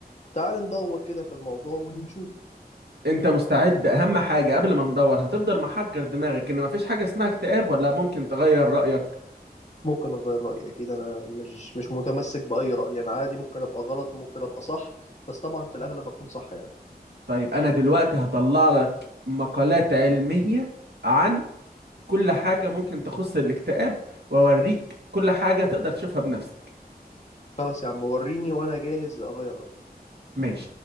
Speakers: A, on the left (about 45°); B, on the right (about 80°).
A: تعال ندور كده في الموضوع ونشوف
B: أنت مستعد أهم حاجة قبل ما ندور هتفضل محجر دماغك إن مفيش حاجة اسمها اكتئاب ولا ممكن تغير رأيك؟
A: ممكن أغير رأيي أكيد أنا مش مش متمسك بأي رأي أنا عادي ممكن أبقى غلط ممكن أبقى صح بس طبعا في الأغلب أكون صح يعني
B: طيب أنا دلوقتي هطلع لك مقالات علمية عن كل حاجة ممكن تخص الاكتئاب وأوريك كل حاجة تقدر تشوفها بنفسك
A: خلاص يا عم وريني وأنا جاهز أغير رأيي
B: ماشي